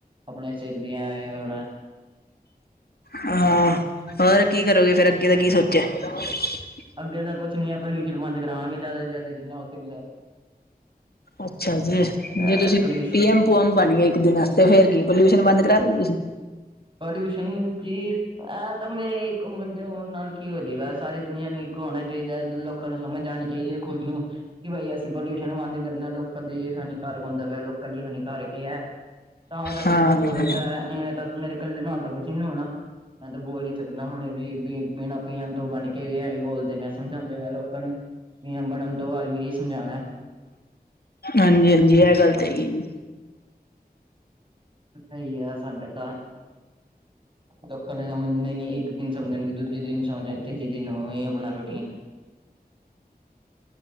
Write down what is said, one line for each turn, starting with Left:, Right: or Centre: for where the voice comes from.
Right: ਆਪਣੇ ਸਿਰ ਵੀਆਂ ਹੋਣਾ
Left: ਹਾਂ ਹੋਰ ਕੀ ਕਰੋਗੇ ਫਿਰ ਅੱਗੇ ਦਾ ਕੀ ਸੋਚਿਆ? <unintelligible>
Right: ਅੱਗੇ ਤਾਂ ਕੁੱਛ ਨੀ ਹੈ ਪੋਲਿਊਸ਼ਨ ਬੰਦ ਕਰਾਵਾਂਗੇ। ਜ਼ਿਆਦਾ ਤੋਂ ਜ਼ਿਆਦਾ ਜਿੰਨਾ ਹੋ ਸਕਦਾ।
Left: ਅੱਛਾ ਜੀ ਜੇ
Right: ਅ
Left: ਤੁਸੀਂ
Right: ਪੋਲਿਊਸ਼
Left: ਪੀਐਮ, ਪੂਐਮ ਬਣ ਗਏ ਇੱਕ ਦਿਨ ਆਸਤੇ ਫੇਰ ਕੀ ਪੋਲਿਊਸ਼ਨ ਬੰਦ ਕਰਾ ਦੋ ਗੇ ਤੁਸੀਂ?
Right: ਪੋਲਿਊਸ਼ਨ ਜੀ ਇਹ ਤਾਂ ਮੇਰੇ ਇੱਕ ਉਮਰ ਦੇ ਹੋਣ ਨਾਲ ਕੀ ਹੋ ਜਾਏਗਾ। ਸਾਰੀ ਦੁਨੀਆਂ ਨੂੰ ਹੋਣਾ ਚਾਹੀਦਾ ਲੋਕਾਂ ਨੂੰ ਸਮਝ ਆਣੀ ਚਾਈਦੀ ਆ ਖੁਦ ਨੂੰ ਕਿ ਬਾਈ ਅਸੀਂ ਪੋਲਿਊਸ਼ਨ ਬੰਦ ਕਰਨਾ। ਲੋਕਾਂ ਦੀ ਹਾਨੀਕਾਰਕ ਹੁੰਦਾ ਪਿਆ, ਲੋਕਾਂ ਲਈ ਹਾਨੀਕਾਰਕ ਹੈ। ਤਾਂ ਕਰਕੇ
Left: ਹਾਂ
Right: ਕੁਛ ਹੋ ਸਕਦਾ ਇਵੇਂ ਤਾਂ ਮੇਰੇ ਇਕੱਲੇ ਨਾਲ ਤਾਂ ਕੁਛ ਨੀ ਨਾ ਹੋਣਾ। ਮੈਂ ਤਾਂ ਬੋਲ ਹੀ ਸਕਦਾ ਹੁਣ ਵੀ ਬੀਣਾ ਪੀਅਮ ਤੋਂ ਬਣ ਕੇ ਵੀ ਐਵੇਂ ਬੋਲਦੇ। ਮੈਂ ਸਮਝਾਉਂਦੇ ਵੀਆ ਲੋਕਾਂ ਨੂੰ ਪੀਐਮ ਬਣਨ ਤੋਂ ਬਾਅਦ ਵੀ ਇਹ ਸਮਝਾਣਾ।
Left: ਹਾਂਜੀ, ਹਾਂਜੀ ਇਹ ਗੱਲ ਤੇ ਹੈਗੀ।
Right: ਸਹੀ ਆ ਸਾਡੇ ਤਾਂ ਲੋਕਾਂ ਨੇ ਸਮਝ ਨਈ ਇੱਕ ਦਿਨ ਸਮਝਣਗੇ, ਦੂਜੇ ਦਿਨ ਸਮਝਣਗੇ ਤੇ ਜੀਦੀ ਨੂੰ ਆਪਣਾ ਰੂਟੀਨ